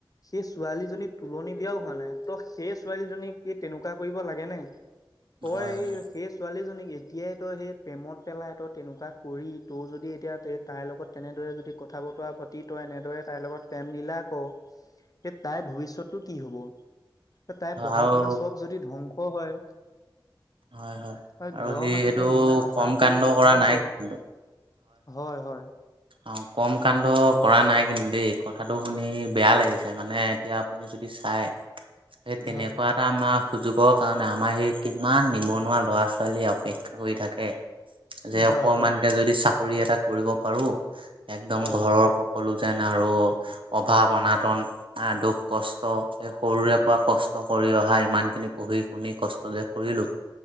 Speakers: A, on the left (about 45°); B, on the right (about 80°).
A: সেই ছোৱালীজনীত <inaudible> তুলনি বিয়াও হোৱা নাই ত' সেই ছোৱালীজনীক কি তেনেকুৱা কৰিব লাগে নে? <inaudible> তই
B: হয়
A: এই
B: হয় হয়
A: সেই ছোৱালীজনীক এ <inaudible> এতিয়াই তই সেই প্ৰেমত পেলাই তই তেনেকুৱা কৰি তোৰ যদি এতিয়া তাইৰ লগত তেনেদৰে যদি <inaudible> কথা বতৰা পাতি তই এনেদৰে তাইৰ লগত প্ৰেম মিলা কৰ <inaudible> এ তাইৰ ভৱিষ্যতটো কি হব? তাইৰ পঢ়া-শুনা
B: আৰু
A: চব যদি ধ্বং <inaudible> <inaudible> হয়।
B: হয় হয়
A: তাইৰ
B: আৰু
A: ঘৰৰ
B: সেই
A: মানুহে
B: সেইটো
A: ইমান আশা
B: কম
A: কৰি
B: কাণ্ড
A: পঢ়াইছে।
B: কৰা নাই
A: <unintelligible>
B: কিন্তু
A: হয়-হয়। <inaudible>
B: অঁ! কম কাণ্ড কৰা নাই কিন্তু দেই কথাটো শুনি বেয়া লাগিছে। মানে এতিয়া আপুনি <unintelligible> যদি চাই সেই তেনেকুৱা
A: হয়
B: এটা আমাৰ সুযোগৰ কাৰণে আমাৰ সেই <inaudible> ইমান নিবনুৱা লৰা-ছোৱালীয়ে অপেক্ষা কৰি থাকে যে
A: হয়
B: অকমানকে
A: হয়
B: যদি চা <unintelligible> চাকৰি এটা কৰিব পাৰোঁ। একদম
A: হয়
B: ঘৰৰ
A: হয়
B: সকলো যেন আৰু <inaudible> অভাৱ, অনাটন <inaudible> আ, দুখ কষ্ট, এই সৰুৰে পৰা কষ্ট কৰি অহা ইমান খিনিপঢ়ি শুনি কষ্ট যে কৰিলোঁ,